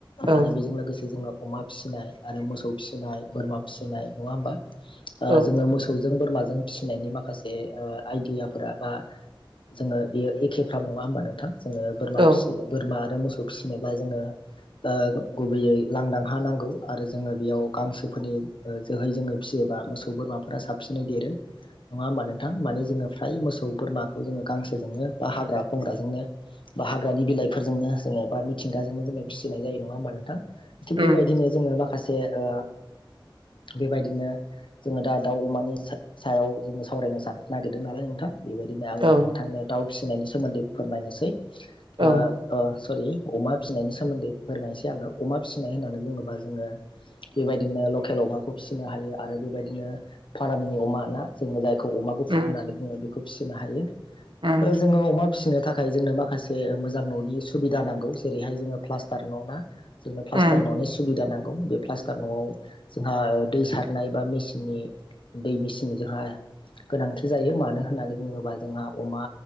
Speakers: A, on the right; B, on the left.
A: औ
B: आरो बेजों लोगोसे जोङो अमा फिसिनाय आरो मोसौ फिसिनाय बोरमा फिसिनाय नङा होमबा ओ
A: औ
B: जोङो मोसौ जों बोरमाजों फिसिनायनि माखासे ओ आइदियाफोरा बा जोङो बियो एखे फ्राम नङा होमबा नोंथां जोङो बोरमा
A: औ
B: फिसि बोरमा आरो मोसौ फिसिनोब्ला जोङो ओ गुबैयै लांदां हा नांगौ आरो जोङो बेयाव गांसोफोरनि ओ जोहै जोङो फिसियो। बा मोसौ बोरमाफोरा साबसिनै देरो नङा होमबा नोंथां? माने जोङो फ्राय मोसौ बोरमाखौ जोङो गांसोजोंनो बा हाग्रा बंग्राजोंनो बा हाग्रानि बिलाइफोरजोंनो जोङो बा मिथिंगाजोंनो जोङो फिसिनाय जायो नङा होमबा नोंथां? थिग
A: उम
B: बेबायदिनो जोङो माखासे ओ बेबायदिनो जोङो दा दाउ अमानि सा-सायाव जोङो सावरायनो सान-नागिरदों नालाय नोंथां बेबादिनो आङो
A: औ
B: नोंथांनियाव दाउ फिसिनायनि सोमोन्दै फोरमायनोसै ओ
A: औ
B: ओ सरि अमा फिसिनायनि सोमोन्दै फोरमायनोसै आङो अमा फिसिनाय होननानै बुङोबा जोङो बेबायदिनो ओ लखेल अमाखौ फिसिनो हायो आरो बेबादिनो फारामनि अमा ना जोङो जा खौ अमा गुफुर
A: उम
B: होननानै बुङो बेखौ फिसिनो हायो ओ
A: उम
B: जोङो अमा फिसिनो थाखाय जोंनो माखासे मोजां न'नि सुबिदा नांगौ जेरैहाय जोङो प्लास्टार न' ना जोंनो प्लास्टार
A: उम
B: न'नि सुबिदा नांगौ बे प्लास्टार न'आव जोंहा ओ दै सारनाय बा मेसिननि दै मेसिननि जोंहा गोनांथि जायो मानो होननानै बुङोबा जोंहा अमा